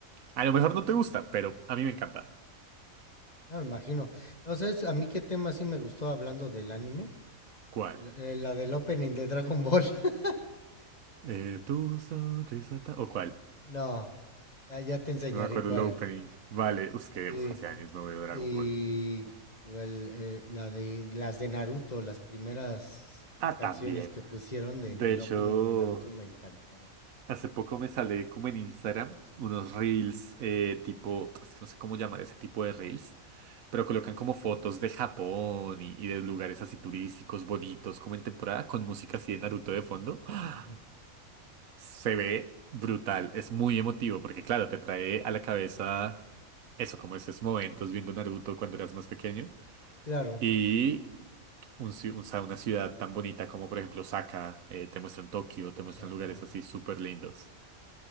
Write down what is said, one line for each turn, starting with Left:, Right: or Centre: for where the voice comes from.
Right: A lo mejor no te gusta, pero a mí me encanta.
Left: No, me imagino. No sé, a mí qué tema sí me gustó hablando del anime.
Right: ¿Cuál?
Left: el eh, la del opening de Dragon Ball. <laughs>
Right: Eh, tu sonrisa ta- ¿O cuál?
Left: No, ya, ya te enseñaré
Right: Es que no me acuerdo
Left: cuál.
Right: el opening. Vale, es que
Left: Sí.
Right: uf, hace años no veo Dragon
Left: Y
Right: Ball.
Left: cuál, eh, la de las de Naruto, las primeras
Right: Ah,
Left: canciones
Right: también.
Left: que pusieron de-
Right: De
Left: del
Right: hecho,
Left: opening de Naruto me encantaron.
Right: hace poco me sale como en Instagram unos reels eh, tipo, es que no sé cómo llamar ese tipo de reels, pero colocan como fotos de Japón y, y de lugares así turísticos, bonitos, como en temporada, con música así de Naruto de fondo. ¡Ah!
Left: Ujú.
Right: Se ve brutal, es muy emotivo, porque claro, te trae a la cabeza eso, como esos momentos viendo Naruto cuando eras más pequeño.
Left: Claro,
Right: y un ci- o sea, una ciudad tan bonita como por ejemplo Osaka, eh, te muestran Tokio, te
Left: Osaka.
Right: muestran lugares así súper lindos.